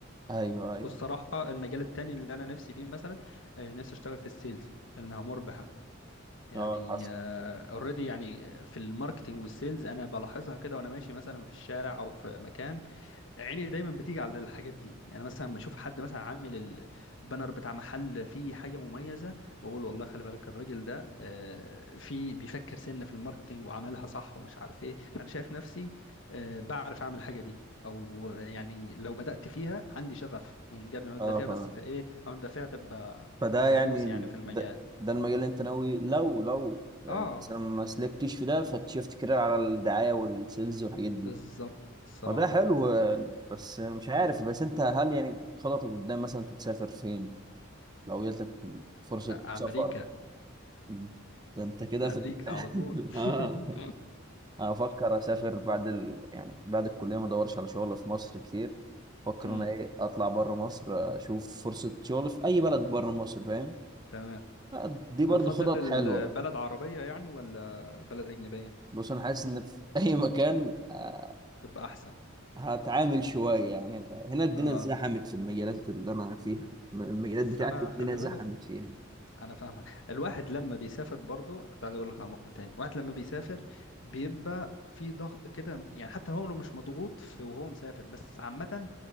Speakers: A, on the right; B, on the left.
A: ايوه ايوه
B: والصراحة المجال التاني اللي أنا نفسي فيه مثلا آه، نفسي أشتغل في السيلز لأنها مربحة يعني
A: اه حصل
B: اوريدي يعني في الماركتينج والسيلز أنا بلاحظها كده وأنا ماشي مثلا في الشارع أو في مكان عيني دايما بتيجي على الحاجات دي يعني مثلا لما اشوف حد مثلا عامل البانر بتاع محل فيه حاجه مميزه بقول والله خلي بالك الراجل ده آه، في بيفكر سنه في الماركتينج وعملها صح ومش عارف ايه فانا شايف نفسي آه، بعرف اعمل الحاجه دي او يعني لو بدات فيها عندي شغف من قبل ما ابدا
A: اه
B: فيها
A: فاهم
B: بس فايه او ابدا فيها تبقى
A: فده
B: هدوس
A: يعني ال-
B: يعني في المجال
A: ده, ده المجال اللي انت ناوي لو لو آه،
B: اه
A: مثلا ما سلكتش في ده فتشيفت كارير على الدعايه والسيلز والحاجات دي
B: بالظبط الصراحه
A: ما ده حلو
B: اه
A: آه، بس مش عارف بس انت هل يعني خططك قدام مثلا تسافر فين لو جاتلك فرصة
B: أ-
A: سفر
B: امريكا
A: مم. ده انت كده
B: امريكا
A: في ال...
B: على طول
A: <laughs> اه
B: <laughs>
A: افكر اسافر بعد ال... يعني بعد الكلية ما ادورش على شغل في مصر كتير افكر
B: امم
A: انا ايه اطلع بره مصر اشوف فرصة شغل في اي بلد بره مصر فاهم
B: تمام
A: آه، دي برضو
B: هو تفضل
A: خطط حلوة
B: البلد عربية يعني ولا بلد أجنبية
A: بص انا حاسس ان في <laughs> اي مكان آه،
B: تبقى أحسن
A: هتعامل شوية يعني هنا الدنيا
B: اه
A: زحمت في المجالات اللي انا فيها المجالات
B: بس
A: بتاعتي
B: أنا
A: الدنيا
B: خلي
A: زحمت
B: بالك
A: فيها يعني؟
B: أنا فاهمك الواحد لما بيسافر برضو كنت عايز أقول لك على نقطة تاني الواحد لما بيسافر بيبقى في ضغط كده يعني حتى هو لو مش مضغوط في وهو مسافر بس عامة